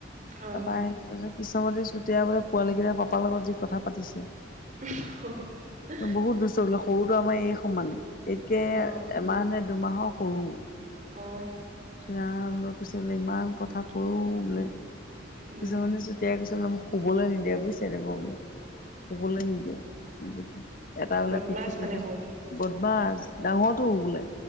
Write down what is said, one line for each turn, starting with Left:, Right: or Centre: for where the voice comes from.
Right: অ
Left: পাপা আহিলে তাৰপিছতে কৃষ্ণমণি চুতীয়াবোলে পোৱালীকেইটা পাপা পা লগত যি কথা পাতিছে
Right: <unintelligible> অহহ
Left: বহুত দুষ্ট বোলে সৰুটো আমাৰ এই সমানে এইতকে
Right: অ
Left: এমাহ নে দুমাহৰ সৰু
Right: অ
Left: ইছৰাম কৈছে বোলে ইমান
Right: উম
Left: কথা কয় অ বোলে
Right: উম
Left: কৃষ্ণমণি চুতীয়াই কৈছে বোলে মোক শুবলৈ নিদিয়ে বুইছ <unintelligible> শুবলৈ নিদিয়ে এইকেইটা এটা বোলে
Right: বদমাছ
Left: পিঠিত
Right: মানে
Left: উঠে
Right: সৰুটো
Left: বদমাছ ডাঙৰটোও বোলে